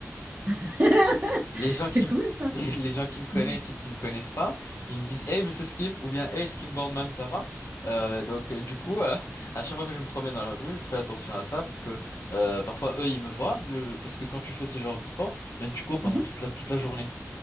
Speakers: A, on the right; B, on the left.
A: <laughs>
B: Les gens
A: C'est
B: qui
A: cool
B: me, <laughs>
A: ça.
B: les, les gens qui me connaissent
A: Mhm,
B: et qui me connaissent pas, ils me disent, Eh, Monsieur Skim, ou bien, Eh, Skim Boardman, ça va? Euh, donc, euh, du coup, euh, <laughs> à chaque fois que je me promène dans la rue, je fais attention à ça parce que euh, parfois, eux, ils me voient. le- le- parce que quand tu fais ce genre de sport, ben, tu cours pendant
A: mhm.
B: toute la, toute la journée.